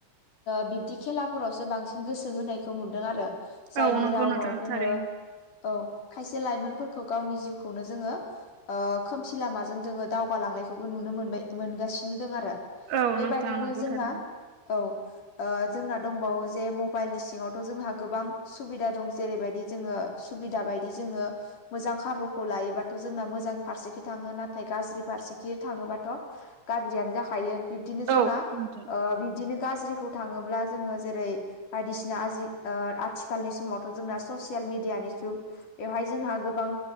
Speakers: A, on the left; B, on the right.
A: बिब्दि खेलाफोरावसो बांसिन गोसो होनायखौ नुदों आरो जायनि
B: औ नंगौ
A: जाउनाव
B: नोंथां
A: जोङो
B: थारैनो
A: औ खायसे लाइमोनफोरखौ गावनि जिउखौनो जोङो खोमसि लामाजों दोङो दावगालांनायखौबो नुनो मोनबाय मोनगासिनो दं आरो
B: औ
A: बेबायदिनो
B: नोंथां नंगौ
A: जोंना
B: थारैनो
A: औ जोंना दंबावो जे मबाइलनि सिङावथ' जोंहा गोबां सुबिदा दं जेरैबायदि जोङो सुबिदा बायदि जोङो मोजां खाबुखौ लायोबा थ' जोंना मोजां फारसेथिं थाङो नाथाय गाज्रि फारसेथिं थाङोबाथ' गाज्रियानो जाखायो बिब्दिनो जोंना
B: औ नोंथां
A: बिब्दिनो गाज्रिखौ थाङोब्ला जोङो जेरै बायदिसिना आजि आथिखालनि समावथ' जोंना ससियेल मिडियानि जुग बेवहाय जोंहा गोबां